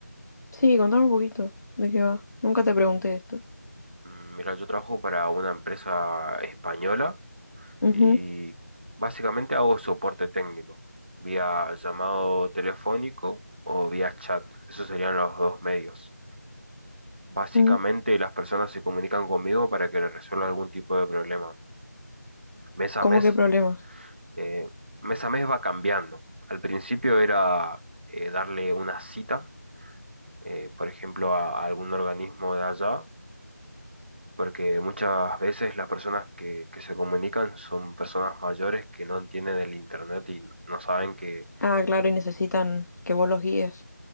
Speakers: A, on the left; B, on the right.
A: Sí, contame un poquito de qué va. Nunca te pregunté esto.
B: Mm, Mira, yo trabajo para una empresa española
A: Ujú,
B: y básicamente hago soporte técnico, vía llamado telefónico o vía chat. Esos serían los dos medios. Básicamente
A: ujú.
B: las personas se comunican conmigo para que les resuelva algún tipo de problema. Mes a
A: ¿Cómo
B: mes,
A: qué problemas?
B: eh, mes a mes va cambiando. Al principio era eh, darle una cita, eh, por ejemplo, a, a algún organismo de allá. Porque muchas veces las personas que, que se comunican son personas mayores que no entienden el internet y no saben que,
A: Ah, claro, y necesitan que vos los guíes.